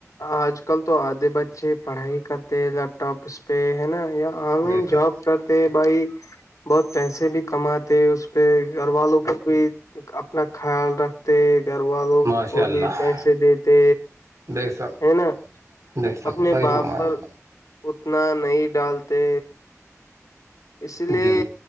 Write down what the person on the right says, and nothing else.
بے شک
ماشاء
اللہ
بے شک
بے شک
صحیح
فرمایا
آپ
نے
جی